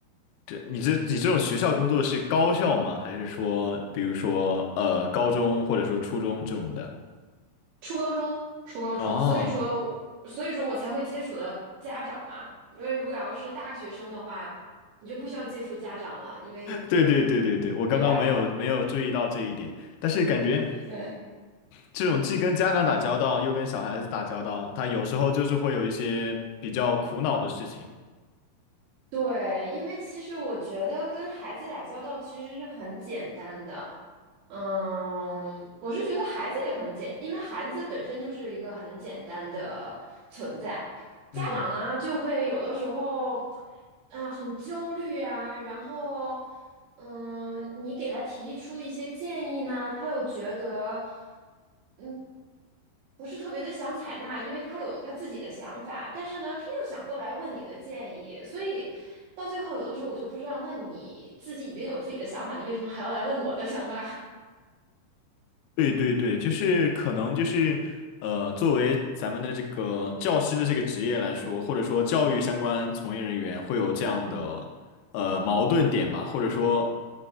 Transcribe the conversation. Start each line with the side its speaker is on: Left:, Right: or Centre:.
Left: 这你这你这种学校工作是高校吗？还是说，比如说呃高中或者说初中这种的？
Right: 初高中初高中，
Left: 哦，
Right: 所以说所以说我才会接触到家长嘛，因为如果要是大学生的话，你就不需要接触家长了，因为
Left: 对对对对对，我刚刚没有没有注意到这一点，
Right: 对吧？
Left: 但是感觉
Right: 对
Left: 这种既跟家长打交道，又跟小孩子打交道，他有时候就是会有一些比较苦恼的事情。
Right: 对，因为其实我觉得跟孩子打交道其实是很简单的。嗯，我是觉得孩子也很简，因为孩子本身就是一个很简单的存在。家长呢，
Left: 嗯。
Right: 就会有的时候，啊、很焦虑啊，然后，嗯，你给他提出一些建议呢，他又觉得，嗯。不是特别的想采纳，因为他有他自己的想法，但是呢，他又想过来问你的建议，所以到最后有的时候我就不知道，那你自己已经有自己的想法，你为什么还要来问我的想法？
Left: 对对对，就是可能就是呃，作为咱们的这个教师的这个职业来说，或者说教育相关从业人员会有这样的呃矛盾点吧，或者说